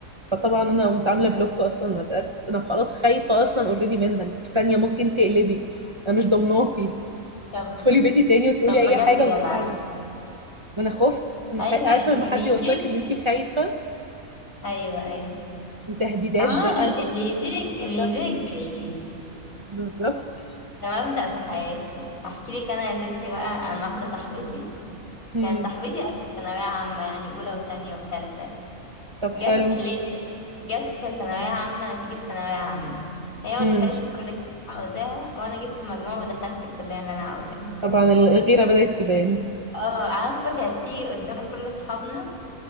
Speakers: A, on the right; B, on the left.
A: فطبعا انا قمت عامله بلوك اصلا انا بقيت انا خلاص خايفه اصلا اوريدي منها انت في ثانيه ممكن تقلبي انا مش ضمناكي
B: طب
A: تدخلي بيتي تاني وتقولي
B: طب
A: اي
B: بجد
A: حاجه
B: جدع
A: الله اعلم ما انا خفت انا
B: ايوه
A: خي... عارفه لما
B: اللي
A: حد يوصلك
B: يبيع
A: ان انت خايفه
B: ايوه ايوه
A: وتهديدات
B: فما
A: بقى
B: اللي يبيعك اللي
A: ده
B: يبيعك بعيد
A: بالظبط
B: ده مبدأ في حياتي احكي لك انا يا ستي بقى عن واحده صاحبتي
A: امم
B: كانت صاحبتي قوي في ثانويه عامه يعني اولى وتانية وتالتة
A: طب حلو
B: جت لي جت في ثانويه عامه نتيجه ثانويه عامه هي ما
A: امم
B: دخلتش الكليه اللي أنا عاوزاها وانا جبت مجموع ودخلت الكليه اللي انا عاوزاها
A: طبعا ال- الغيره بدات تبان
B: اه عارفه كانت تيجي قدام كل اصحابنا